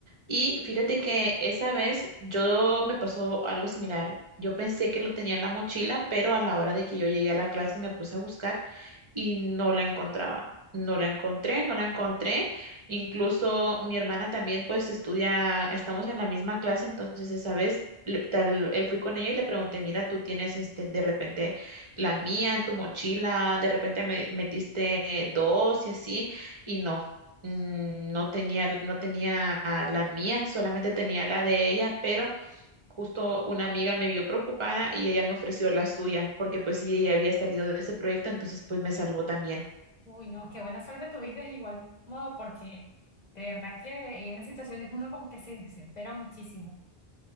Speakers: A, on the right (about 30°); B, on the left (about 45°).
A: Y fíjate que esa vez yo me pasó algo similar. Yo pensé que lo tenía en la mochila, pero a la hora de que yo llegué a la clase me puse a buscar y no la encontraba. No la encontré, no la encontré. Incluso mi hermana también pues estudia, estamos en la misma clase, entonces esa vez le- tal, eh, fui con ella y le pregunté, mira, tú tienes este, de repente la mía en tu mochila, de repente me metiste eh, dos y así, y no, mm, no tenía, no tenía la mía, solamente tenía la de ella, pero justo una amiga me vio preocupada y ella me ofreció la suya, porque pues sí, ella había salido de ese proyecto, entonces pues me salvó también.
B: Uy, no, qué buena suerte tuviste de igual modo, porque de verdad que en esas situaciones uno como que se desespera muchísimo.